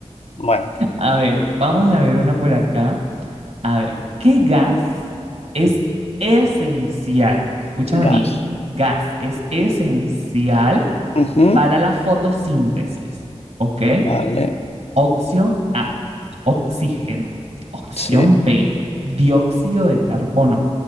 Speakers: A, on the left; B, on the right.
A: bueno,
B: A ver, vamos a ver una por acá. A ver, ¿qué gas es esencial? Escúchame
A: gas.
B: bien, gas es esencial
A: Ujú,
B: para la fotosíntesis, ¿ok?
A: Vale,
B: Opción A, oxígeno. Opción
A: sí.
B: B, dióxido de carbono.